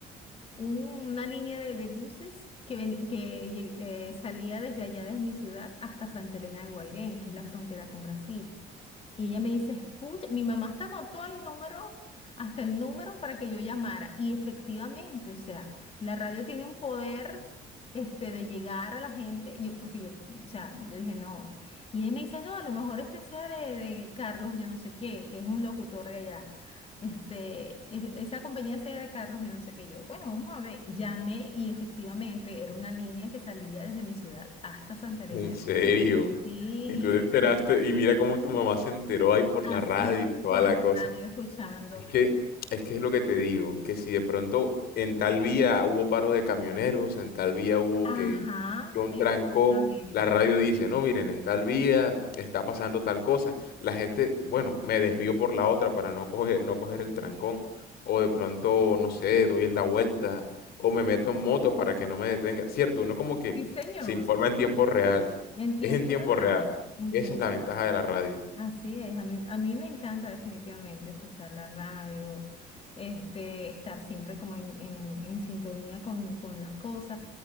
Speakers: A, on the left; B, on the left.
A: un- una línea de, de buses que, ven- que lle- eh, salía desde allá, desde mi ciudad, hasta Santa Elena de Guairén, que es la frontera con Brasil. Y ella me dice, escucha, mi mamá hasta anotó el número, hasta el número para que yo llamara. Y efectivamente, o sea, la radio tiene un poder. Este, de llegar a la gente, yo, porque yo, o sea, yo dije, no, esto-". y ella me dice, no, a lo mejor este sea de, de Carlos, yo no sé qué, que es un locutor de allá este, e- esa compañía sea de carros y no sé qué yo. Bueno, vamos a ver. Llamé y efectivamente era una línea que salía desde mi ciudad hasta Santa Elena
B: ¿En
A: de
B: serio?
A: Guardo. Sí,
B: Y tú te enteraste,
A: sí.
B: y mira cómo tu mamá se enteró ahí por
A: Así,
B: la radio y toda
A: por
B: la
A: la
B: cosa.
A: radio escuchando.
B: Es que, es que es lo que te digo, que si de pronto en tal vía hubo paro de camioneros, en tal vía hubo
A: Ajá,
B: que, que un
A: exactamente.
B: trancón, la radio dice, no, miren, en tal vía está pasando tal cosa, la gente, bueno, me desvío por la otra para no coger, no coger el trancón, o de pronto, no sé, doy la vuelta, o me meto en moto para que no me detenga. Cierto, uno como que
A: Sí, señor,
B: se informa en tiempo
A: sí, señor.
B: real,
A: En tiempo
B: es en tiempo
A: real,
B: real,
A: en
B: esa
A: tiempo
B: es la
A: real.
B: ventaja de la radio.
A: Así es, a mí, a mí me encanta definitivamente escuchar la radio, este, estar siempre como en, en, en sintonía con, con las cosas.